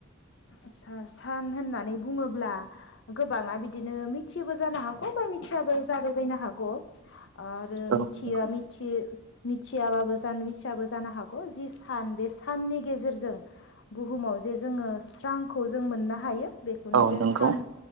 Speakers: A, on the left; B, on the right.
A: आतसा सान होननानै बुङोब्ला गोबाङा बिदिनो मिथियोबो जानो हागौ बा मिथियाबो जाबायबायनो हागौ। आरो
B: औ
A: मिथिया
B: नंगौ
A: मिथियै मिथियाबाबो जानो मिथियाबो जानो हागौ जि सान बे साननि गेजेरजों बुहुमाव जे जोङो। स्रांखौ जों मोननो हायो। बेखौनो
B: औ
A: जे
B: नंगौ
A: सान